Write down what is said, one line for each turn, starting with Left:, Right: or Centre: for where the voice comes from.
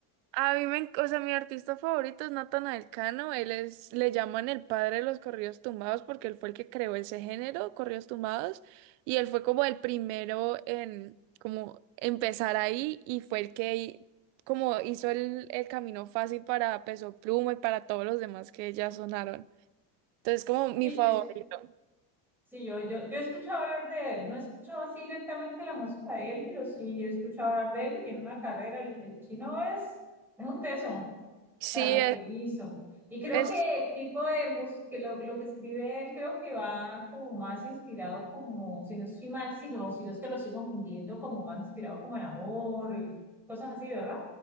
Right: A mí me, enc- o sea, mi artista favorito es Natanael Cano. Él es, le llaman el padre de los corridos tumbados porque él fue el que creó ese género, corridos tumbados, y él fue como el primero en como empezar ahí y fue el que hi- como hizo el, el camino fácil para Peso Pluma y para todos los demás que ya sonaron. Entonces, como mi
Centre: Sí,
Right: favorito.
Centre: yo, es- sí, yo, yo, yo he escuchado hablar de él. No he escuchado así directamente la música de él, pero sí he escuchado hablar de él, que tiene una carrera. El, el chino es, es un teso
Right: Sí,
Centre: para lo que hizo. Y creo
Right: es,
Centre: que el tipo de música, que lo, lo que escribe él, creo que va como más inspirado, como, si no estoy mal, si no, si no es que lo estoy confundiendo, como más inspirado como el amor, y cosas así, ¿verdad?